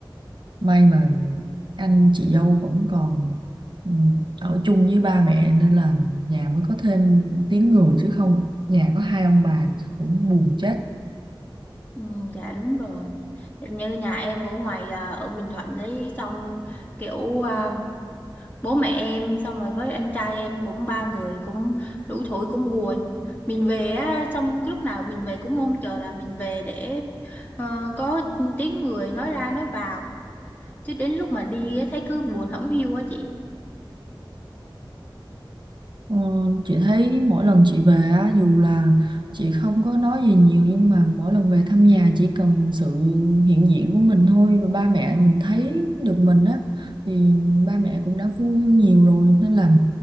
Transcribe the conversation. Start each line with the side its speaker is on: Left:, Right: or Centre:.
Right: may mà anh chị dâu vẫn còn ừ, ở chung với ba mẹ nên là nhà mới có thêm tiếng người chứ không nhà có hai ông bà cũng buồn chết
Left: ừ, dạ đúng rồi như nhà em ở ngoài à, ở Bình Thuận ấy xong kiểu à, bố mẹ em xong rồi với anh trai em cũng ba người cũng đủ tuổi cũng buồn mình về á xong lúc nào mình về cũng mong chờ là mình về để ờ, có tiếng người nói ra nói vào chứ đến lúc mà đi á, thấy cứ buồn hổng hiu á chị
Right: Ờ, chị thấy mỗi lần chị về á, dù là chị không có nói gì nhiều nhưng mà mỗi lần về thăm nhà chỉ cần sự hiện diện của mình thôi và ba mẹ mình thấy được mình á thì ba mẹ cũng đã vui hơn nhiều rồi nên là